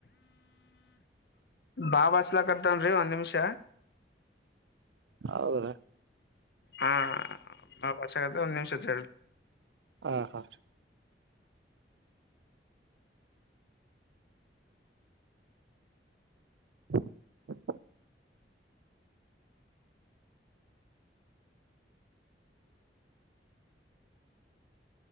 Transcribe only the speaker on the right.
ಹೌದಾ
ಹಾ ಹಾ <unintelligible>